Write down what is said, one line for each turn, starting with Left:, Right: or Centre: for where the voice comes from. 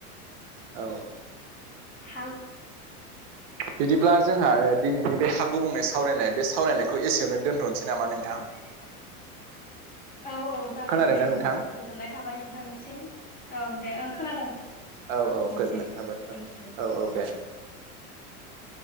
Right: औ औ
Left: थां
Right: बिदिब्ला जोंहा दिनैनि बे हाु बुंनाय सावरायनाय बे सावरायनायखौ एसेयावनो दोनथ'नोसै नामा नोंथां।
Left: <inaudible> औ औ जागोन
Right: खोनादोंना
Left: दे ओं
Right: नोंथां
Left: गोजोननाय थाबाय नोंथांनिसिम ओं दे ओं खोनादों।
Right: औ औ
Left: ओं
Right: गोजोननाय
Left: दे
Right: थाबाय
Left: थेंक
Right: औ
Left: इउ
Right: औ औ दे